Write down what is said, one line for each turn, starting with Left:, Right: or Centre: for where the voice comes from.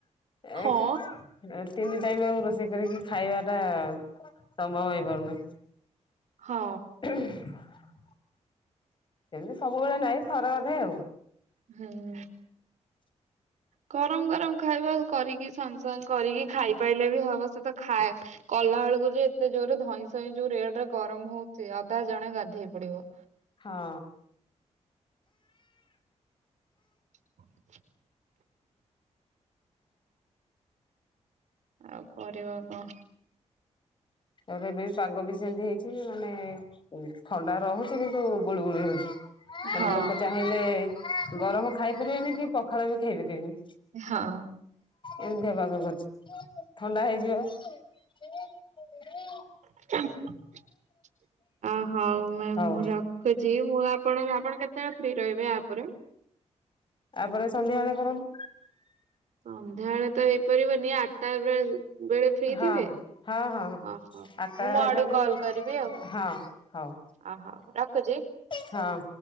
Left: ଏ
Right: ହଁ
Left: ତିନି ଟାଇମ୍ ଆଉ ରୋଷେଇ କରିକି ଖାଇବା ଟା ସମ୍ଭବ ହେଇପାରୁନି।
Right: ହଁ।
Left: ଉହୁଁ। ସେମତି ସବୁବେଳେ ନାଇଁ ଥରେ ଅଧେ ଆଉ।
Right: ହୁଁ।
Left: <inaudible>
Right: ଗରମ ଗରମ ଖାଇବା କରିକି ସାଙ୍ଗେ ସାଙ୍ଗେ କରିକି ଖାଇପାଇଲେ ବି ହବ ସେ ତ ଖାଏ। କଲା ବେଳକୁ ଯେ ଏତେ ଜୋର ରେ ଧଇଁ ସଇଁ ଯୋଉ ରେଟ୍ ରେ ଗରମ ହଉଚି ଅଧା ଜଣେ ଗାଧେଇ ପଡିବ।
Left: ହଁ।
Right: <inaudible> ଆଉ କରିବ କଁ।
Left: ତାପରେ ଏବେ ବି ପାଗ ବି ସେମତି ହେଇଚି ମାନେ ଥଣ୍ଡା ରହୁ କିନ୍ତୁ ଗୁଳୁ ଗୁଳି ହଉଚି ମାନେ
Right: ହଁ
Left: ଲୋକ ଚା ନହଲେ ଗରମ ଖାଇପାରିବେନି କି ପଖାଳ ବି ଖାଇପାରିବେନି।
Right: ହଁ।
Left: ଏମତିଆ ପାଗ କରଚି ଥଣ୍ଡା ହେଇଯିବା।
Right: <unintelligible> ଆ ହଉ ମାଇଁ
Left: ହଉ।
Right: ମୁଁ ର ଖୁଚି ମୁଁ ଆପଣଙ୍କ ଆପଣ କେତେବେଳେ ଫ୍ରି ରହିବେ ୟାପରେ।
Left: ଆ ପରେ ସନ୍ଧ୍ୟାବେଳେ କରନ୍ତୁ।
Right: ସନ୍ଧ୍ୟାବେଳେ ତ ହେଇପାରିବନି ଆଠଟା ବେଳେ ଯ ବେଳେ ଫ୍ରି
Left: ହଁ
Right: ଥିବେ।
Left: ହଁ ହଁ ହଁ
Right: ମୁଁ
Left: ଆଠଟା
Right: ମୋ
Left: ହେଲେ
Right: ଆଡୁ
Left: ବି
Right: କଲ୍ କରିବି ଆଉ।
Left: ହଁ ହଉ
Right: ଅହ ରଖୁଚି।
Left: ହଁ।